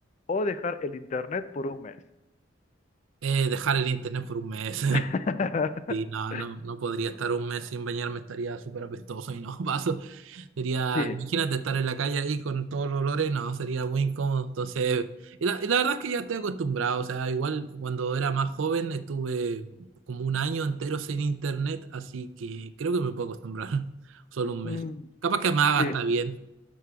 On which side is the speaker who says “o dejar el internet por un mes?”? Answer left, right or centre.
Left